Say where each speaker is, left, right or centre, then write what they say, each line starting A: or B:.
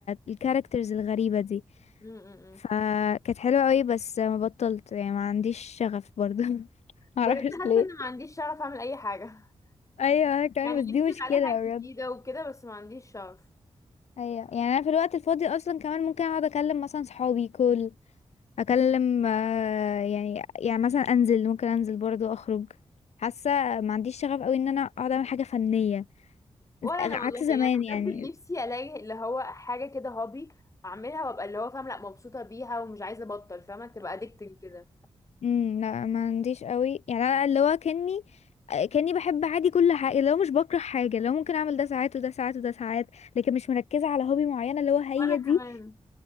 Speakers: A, on the left; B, on the left.
A: الكاركترز الغريبة دي
B: م- م-
A: فكانت
B: م.
A: حلوة قوي بس ما بطلت يعني ما عنديش شغف برضو <laughs> معرفش
B: بجد حاسه
A: ليه
B: ان ما عنديش شغف اعمل اي حاجه <laughs>
A: ايوه انا كمان
B: يعني
A: بس دي
B: نفسي
A: مشكلة
B: اتعلم حاجه جديده
A: بجد
B: وكده بس ما عنديش شغف
A: ايوه يعني انا في الوقت الفاضي اصلا كمان ممكن اقعد اكلم مثلا صحابي كل اكلم آه، يعني يعني مثلا انزل ممكن انزل برضو اخرج حاسة ما عنديش شغف قوي ان انا اقعد اعمل حاجة فنية
B: ولا
A: عكس
B: انا والله
A: زمان
B: يعني
A: يعني
B: انا بجد نفسي الاقي اللي هو حاجه كده هوبي اعملها وابقى اللي هو فاهم لا مبسوطه بيها ومش عايزه ابطل فاهمه تبقى اديكتنج كده
A: امم لا ما عنديش قوي يعني انا اللي هو كاني كاني بحب عادي كل حاجه اللي هو مش بكره حاجه اللي هو ممكن اعمل ده ساعات وده ساعات وده ساعات لكن مش مركزه على هوبي معينه اللي هو هي
B: وانا
A: دي
B: كمان
A: اللي